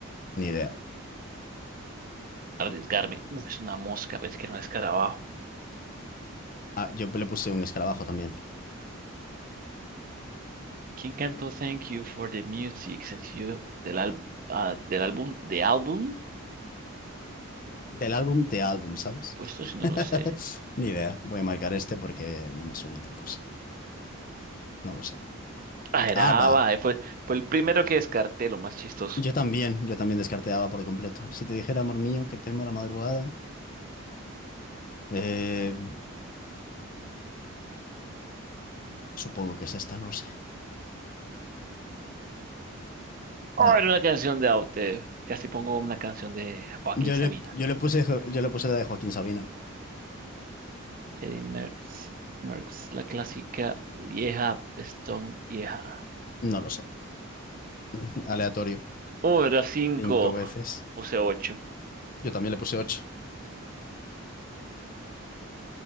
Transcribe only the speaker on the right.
Arriesgarme. Uf, es una mosca, pensé que era un escarabajo.
¿Quién cantó Thank You for the Music, sencillo del, al- ah, del álbum, de álbum?
Pues esto sí no
lo sé.
Ah, era
ABBA, eh, Fue, fue el primero que descarté, lo más chistoso.
Oh,
era una canción de Aute. Casi pongo una canción de Joaquín
Sabina.
Eddie Merckx, Merckx, la clásica vieja, pestón vieja.
Oh, era cinco.
Puse ocho.